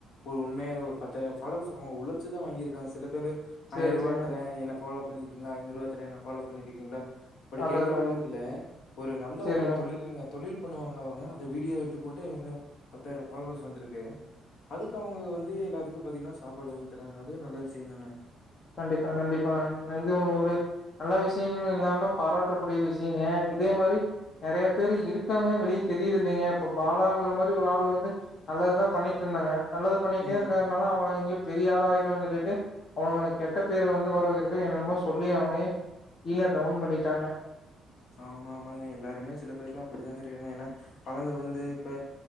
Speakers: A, on the left; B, on the left.
A: ஒரு உண்மைய ஒரு பத்தாயிரம் பஃபாலோவர்ஸ் அவங்க உழச்சுதா வாங்கியிருக்காங்க சில பேரு
B: சேரி
A: ஆயிரூவா
B: சேரிங்க
A: தர நீ என் ஃபாலோ பண்ணிருக்கீங்களா ஐநூறுவா தர என் ஃப்பாலோ பண்ணிட்ருக்கீங்களா அப்படி
B: அதா
A: கேக்குற
B: அதாங்க
A: உலகத்துல ஒரு நல்ல
B: சேரிங்க
A: ஒரு தொழில் பண்ணுவாங்க அவங்க அத வீடியோ எடுத்து போட்டு இவங்க பத்தாயிரோ பஃபாலோவர்ஸ் வந்திருக்கு அதுக்கு அவங்க வந்து எல்லாத்துக்கு பாத்தீங்கன்னா சாப்பாடு வாங்கி தராங்க அதே நல்ல விஷயம் தான
B: கண்டிப்பா கண்டிப்பா இது ஒ ஒரு நல்ல விஷயங் இல்லாம பாராட்டக்கூடிய விஷயங்க இதே மாரி நெறைய பேரு இருக்காங்க வெளிய தெரியுது இல்லைங்க இப்ப பாலாங்கிற மாரி ஒரு ஆள் வந்து நல்லது தா பண்ணிட்டு இருந்தாங்க நல்லது பண்ணிட்டே
A: ம்.
B: இருக்கனால அவன் எங்கேயு பெரி பெரிய ஆளு ஆய்டுவாங்க சொல்லிட்டு அவங்க கெட்ட பேரு வந்து வரவெக்குறதுக்கு என்னமோ சொல்லி அவனயூம் கீழ டவுன் பண்ணிட்டாங்க
A: ஆமா ஆமாங்க எல்லாருமே சில பேர்ல அப்படிதாங்க இருக்காங்க ஏனா வளர்ந்து வந்து இப்ப